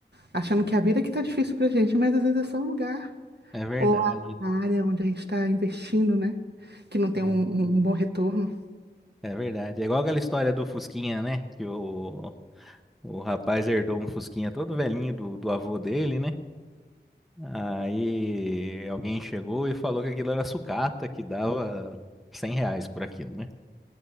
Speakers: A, on the right (about 65°); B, in the centre.
A: achando que a vida é que tá difícil pra gente, mas às vezes é só o lugar
B: É verdade.
A: ou a a área onde a gente está investindo, né? Que não tem
B: É,
A: um, um um bom retorno.
B: é verdade. É igual aquela história do Fusquinha, né? Que o, o rapaz herdou um Fusquinha todo velhinho do, do avô dele, né? Aí alguém chegou e falou que aquilo era sucata, que dava 100 reais por aquilo, né?